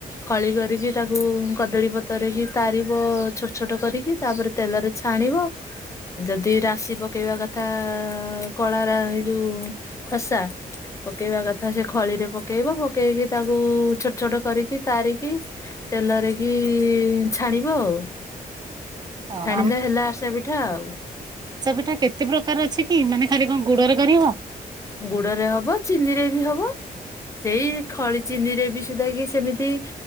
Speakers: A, on the left; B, on the right.
A: ଖଳି କରିକି ତାକୁ କଦଳୀ ପତର କି ତାରିବ ଛୋଟ ଛୋଟ କରିକି ତାପରେ ତେଲରେ ଛାଣିବ ଯଦି ରାଶି ପକେଇବା କଥା କଳାର ଏଇ ଯୋଉ ଖସା ପକେଇବା କଥା ସେ ଖଳିରେ ପକେଇବ ପକେଇକି ତାକୁ ଛୋଟ ଛୋଟ କରିକି ତାରିକି ତେଲରେ କିି ଛାଣିବ ଆଉ।
B: ଓହୋ
A: ଛାଣିଲେ ହେଲା ଆସେ ପିଠା ଆଉ
B: ଇଟା କେତେ ପ୍ରକାର ଅଛି କି ମାନେ ଖାଲି କଣ ଗୁଡରେ କରିହବ?
A: ଗୁଡରେ ହବ ଚିନି ରେ ବି ହବ। ସେଇ ଖଳି ଚିନି ରେ ବି ସୁଧା କି ସେମିତି